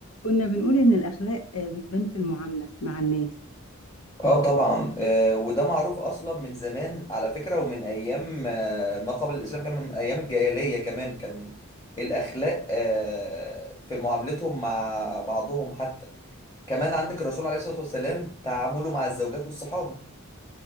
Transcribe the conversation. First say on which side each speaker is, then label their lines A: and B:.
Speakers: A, on the left (about 85°); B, on the left (about 15°).
A: كنا بنقول إن الأخلاق آه، بتبان في المعاملة مع الناس
B: اه طبعا آه، وده معروف اصلا من زمان على فكره ومن ايام آه، ما قبل الاسلام كمان من ايام الجاهليه كمان كان الاخلاق آه، في معاملتهم مع بعضهم حتى كمان عندك الرسول عليه الصلاه والسلام تعامله مع الزوجات والصحابه عليه